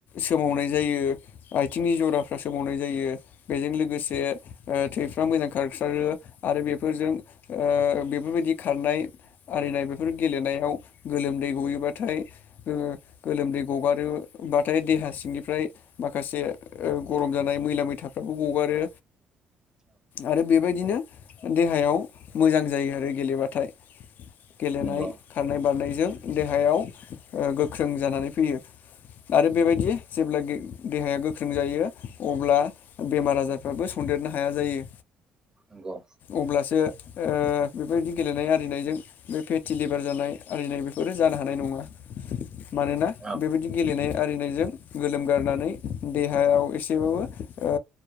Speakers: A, on the left (about 65°); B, on the right (about 20°).
A: सोमावनाय जायो आथिंनि जराफ्रा सोमावनाय जायो बेजों लोगोसे ओ थै मोजां खारसारो आरो बेफोरजों ओ बेफोरबायदि खारनाय आरिनाय बेफोर गेलेनायाव गोलोमदै गयोबाथाय गोलोमदै गगारोब्लाथाय देहा सिंनिफ्राय माखासे गरम जानाय मैला मैथाफ्राबो गगारो आरो बेबायदि बिदिनो देहायाव मोजां जायो आरो गेलेबाथाय गेलेनाय
B: नंगौ औ नंगौ
A: खारनाय बारनायजों देहायाव ओ गोख्रों जानानै फैयो आरो बेबायदि जेब्ला देहाया गोख्रों जायो अब्ला बेमार आजारफ्राबो सदेरनो हाया जायो
B: नंगौ
A: अब्लासो ओ बेबायदि गेलेनाय आरिनायजों बे फेटि लिभार जानाय आरिनाय बेफोरो जानो हानाय नङा मानोना
B: औ
A: बेबायदि गेलेनाय आरिनायजों गोलोमगारनानै देहायाव एसेबाबो ओ